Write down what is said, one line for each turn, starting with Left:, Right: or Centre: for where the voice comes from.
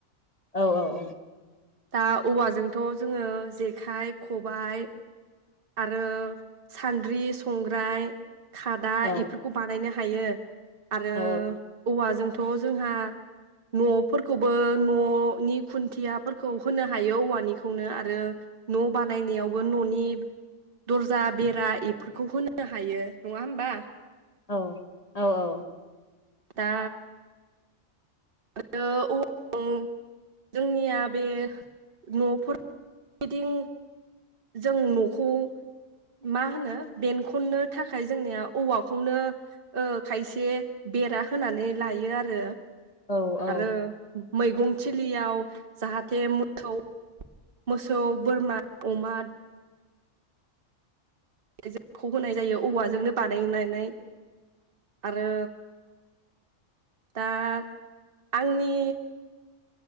Left: औ औ औ
Right: दा औवाजोंथ' जोङो जेखाइ खबायाइ आरो सान्द्रि संग्राय खादा
Left: औ
Right: इफोरखौ बानायनो हा यो आरो
Left: औ
Right: औवा जोंथ' थ' जोंहा न'फोरखौबो न'नि खुन्थियाफोरखौ होनो हायो औवानिखौनो आरो न' बानायनायावबो न'नि दर्जा बेरा इफोर खौ होनो हायो नङा होमबा ।
Left: औ औ औ
Right: दा आरो औवा जोंनिया बे न'फोरदिं जों न'खौ मा होनो बेनखननो थाखाय जोंनिया औवाखौनो ओ खायसे बेरा होनानै लायो आरो
Left: औ औ
Right: आरो मैगं थिलियाव जाहाथे मोसौ मोसौ बोरमा अमा ए <inaudible> खौ होनाय जायो औवाजोंनो बानायनाय नै आरो दा आंनि